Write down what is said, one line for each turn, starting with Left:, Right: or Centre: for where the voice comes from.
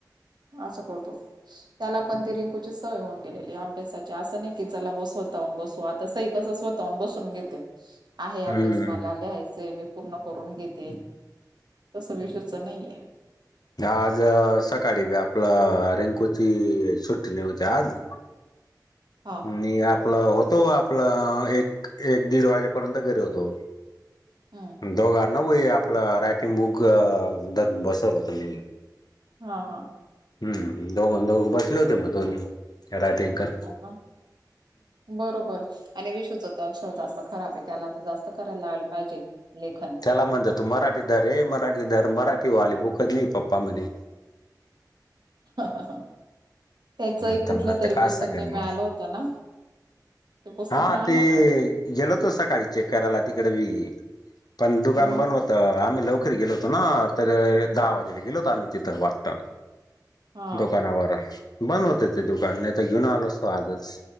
Right: असं करतो. त्याला पण तिरिंकूची सवय होऊन गेलेली अभ्यासाची असं नाही की जला बसवताून बसू आता स कस स्वतः बसून घेते आहे
Left: हम्म
Right: अभ्यास मला लिहायच मी पूर्ण करून घेते तसं विष्च नाहीे.
Left: आज सकाळी ब आपलं रिंकूची सुट्टणी होते आज
Right: हा
Left: आणि आपलं होतो आपलं एक एक दीड वाजेपर्यंत घरी होतो.
Right: हम.
Left: दोघं नवई आपलं रायटिंग बुक बसवलं होत मी
Right: हा हा.
Left: हम् दोघां दोघ बसले होते मग दोन्ही राातकर
Right: हो बरोबर. आणि विशूचं तर अक्षर जास्त खराब आहे त्याला तर जास्त करायला लाला पाहिजे लेखन
Left: त्याला म्हणत तू मराठी दर र मराठी दर मराठी वाली बुकधली पप्पा म्हणे.
Right: त्याच एक
Left: आता
Right: कुठलं
Left: मग आता
Right: तरी
Left: काय
Right: पुस्तक
Left: सांगेल
Right: ने ममी
Left: मग
Right: आलं होत ना. ते पुस्तक
Left: हा
Right: मिळालं
Left: ते
Right: का
Left: गेलोतो सकाळी चेक करायला तिकडे ब पण दुकान
Right: मग
Left: बंद होत. तर आम्ही लवकर गेलोतो ना तर दहा वाजेला गेलो होतो आम्ही तिथं वाटत.
Right: हा
Left: दुकानावर बंद होते ते दुकान नाही तर घेऊन आलो असतो आजच.